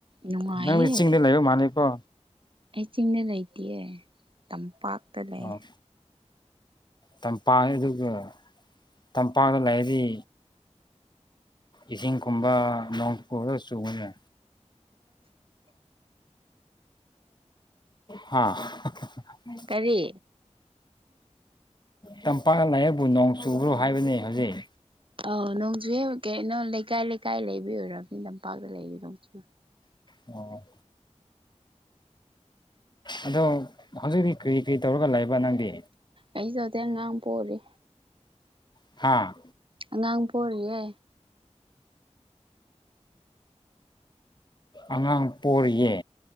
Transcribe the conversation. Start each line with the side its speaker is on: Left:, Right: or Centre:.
Right: ꯅꯨꯡꯉꯥꯏꯌꯦ
Left: ꯅꯪꯗꯤ ꯆꯤꯡꯗ ꯂꯩꯕ ꯃꯥꯜꯂꯀꯣ
Right: ꯑꯩ ꯆꯤꯡꯗ ꯂꯩꯇꯑ ꯇꯝꯄꯥꯛꯇ ꯂꯩ
Left: ꯑꯣ ꯇꯝꯄꯥꯛ ꯑꯗꯨꯒ ꯇꯝꯄꯥꯛꯗ ꯂꯩꯔꯗꯤ ꯏꯁꯤꯡꯒꯨꯝꯕ ꯅꯣꯡ ꯄꯨꯔ ꯆꯨꯕꯅꯦ ꯍꯥꯥ ꯃ
Right: ꯀꯔꯤ
Left: ꯇꯝꯄꯥꯛ ꯂꯥꯏꯌꯦꯛꯄꯨ ꯅꯣꯡ ꯆꯨꯕ꯭ꯔꯣ ꯍꯥꯏꯕꯅꯦ ꯍꯧꯖꯤꯛ
Right: ꯑ ꯅꯣꯡꯖꯨꯍꯦ ꯀꯅꯣ ꯂꯩꯀꯥꯏ ꯂꯩꯀꯥꯏ ꯂꯩꯕ ꯑꯣꯏꯔꯕꯅꯤ ꯇꯝꯄꯥꯛꯇ ꯂꯩꯔꯤ ꯅꯣꯡꯖꯨ
Left: ꯑꯣ ꯑꯗꯣ ꯍꯧꯖꯤꯛꯤ ꯀꯔꯤ ꯀꯔꯤ ꯇꯧꯔꯒ ꯂꯩꯕ ꯅꯪꯗꯤ
Right: ꯑꯩꯁꯨ ꯍꯧꯖꯤꯦꯟ ꯑꯉꯥꯡ ꯄꯔꯤ
Left: ꯍꯥꯥ
Right: ꯑꯉꯥꯡ ꯄꯣꯔꯤꯌꯦ꯫
Left: ꯑꯉꯥꯡ ꯄꯣꯔꯤꯌꯦ꯫